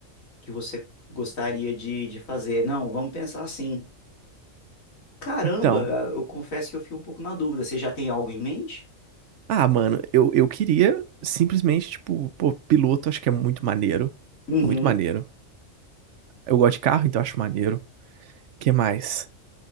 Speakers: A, on the left; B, on the right.
A: que você gostaria de, de fazer. Não, vamos pensar assim. Caramba,
B: Então,
A: eu confesso que eu fiquei um pouco na dúvida. Você já tem algo em mente?
B: ah, mano, eu, eu queria simplesmente, tipo, pô, piloto acho que é muito maneiro.
A: Uhum.
B: Muito maneiro. Eu gosto de carro, então acho maneiro. que mais?